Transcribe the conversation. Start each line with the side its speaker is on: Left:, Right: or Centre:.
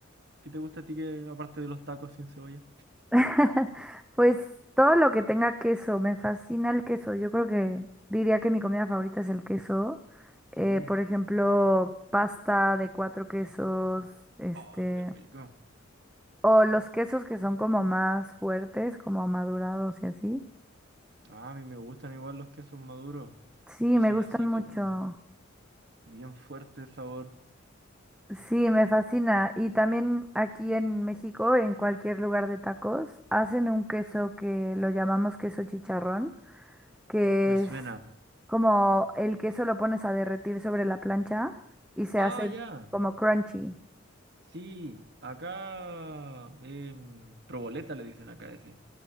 Right: qué te gusta a ti que aparte de los tacos sin cebolla?
Centre: <laughs> Pues todo lo que tenga queso, me fascina el queso. Yo creo que diría que mi comida favorita es el queso. Eh,
Right: Oh,
Centre: por ejemplo, pasta de cuatro quesos, este,
Right: oh, qué rico.
Centre: o los quesos que son como más fuertes, como madurados y así.
Right: Ah, a mí me gustan igual los quesos maduros,
Centre: Sí,
Right: que
Centre: me
Right: son
Centre: gustan
Right: así
Centre: mucho.
Right: como bien fuerte el sabor.
Centre: Sí, me fascina. Y también aquí en México, en cualquier lugar de tacos, hacen un queso que lo llamamos queso chicharrón, que
Right: Me suena.
Centre: es como el queso lo pones a derretir sobre la plancha y se
Right: Ah,
Centre: hace
Right: ya.
Centre: como crunchy.
Right: Sí, acá em, proboleta le dicen acá ese.